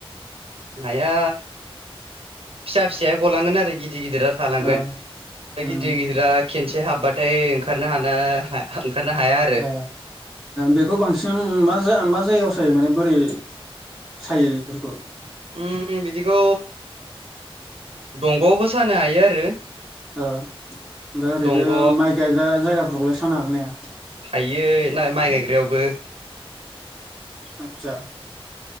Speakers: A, on the right (about 75°); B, in the centre.
A: नाया फिसा फिसाया गलांगोन आरो गिदिर गिदिर गिदिरा थालांगोन
B: ओ उम
A: गिदिर गिदिरा खे एसे हाबबाथाय ओंखारनो हानो ओंखारनो हाया आरो
B: ओ बेखौ बांसिन मा जायगायाव सायो माने बोरै सायो बेफोरखौ
A: उम बिदिखौ दंग'आवबो सानो हायो आरो
B: ओमफ्राय ओरैनो
A: दंग'
B: माइ गायग्रा जायगाफोरखौलाय साननो हागोन नाहाया।
A: हायो ना माइ गायग्रायावबो।
B: आतसा